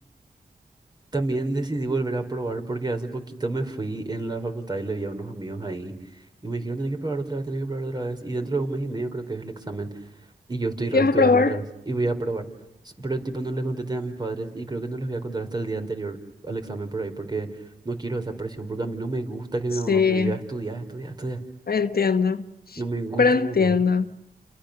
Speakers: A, on the right; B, on the left.
A: También decidí volver a probar porque hace poquito me fui en la facultad y le vi a unos amigos ahí y me dijeron, tenés que probar otra vez, tenés que probar otra vez. Y dentro de un mes y medio creo que es el examen y yo estoy reestudiando
B: ¿Y vas a probar?
A: otra vez y voy a probar. S- Pero tipo no le conté a mis padres y creo que no les voy a contar hasta el día anterior al examen por ahí porque no quiero esa presión porque a mí no me gusta que mi
B: Sí,
A: mamá me diga estudiar, estudiar, estudiar.
B: entiendo,
A: No me gusta,
B: pero entiendo.
A: mamá.